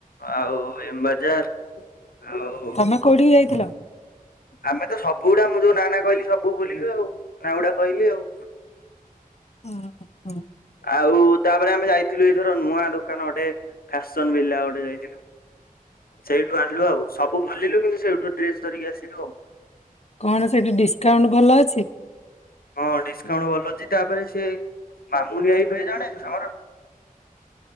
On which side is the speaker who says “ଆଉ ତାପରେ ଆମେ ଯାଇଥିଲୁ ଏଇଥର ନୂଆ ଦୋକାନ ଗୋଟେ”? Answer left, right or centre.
Left